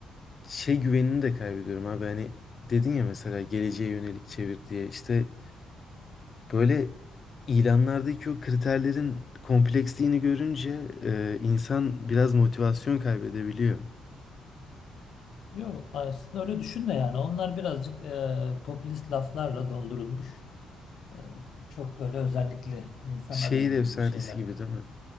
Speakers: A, on the left; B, on the left.
A: şey güvenini de kaybediyorum abi. Hani dedin ya mesela geleceğe yönelik çevir diye. İşte böyle ilanlardaki o kriterlerin kompleksliğini görünce e, insan biraz motivasyon kaybedebiliyor.
B: Yok aslında öyle düşünme yani. Onlar birazcık e, popülist laflarla doldurulmuş. E, çok böyle özellikle insan
A: Şehir
B: arıyoruz
A: efsanesi
B: gibi şeyler.
A: gibi değil mi?